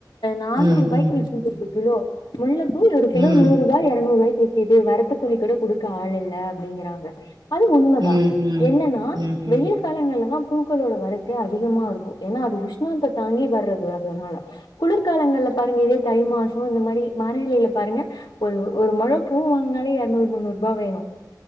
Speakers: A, on the left (about 80°); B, on the right (about 90°).
A: நானூறு
B: ம்,
A: ரூபாய்கு
B: ம்,
A: வித்தது ந்த கிலோ முள்ளு ஒரு கிலோ
B: ம்,
A: நூறுபா இறநூருவா தேக்குது வரத்துக்கூலி கூட குடுக்க ஆள் இல்ல அப்டிங்கறாங்க அது உண்மைதா
B: ம், ம்,
A: என்னன்னா
B: ம், ம்.
A: வெயில் காலங்கள்லதா பூக்களோட வரத்தே அதிகமா இருக்கு ஏன்னா அது உஷ்ணத்தே தாங்கி வர்றது அதனால குளிர்காலங்கள்ல பாருங்க இதே தை மாசோ இந்த மாரி மரயிலையில பாருங்க ஒரு ஒரு மொழ பூ வாங்னாலே இரநூறு முன்னூறு ரூபா வேணு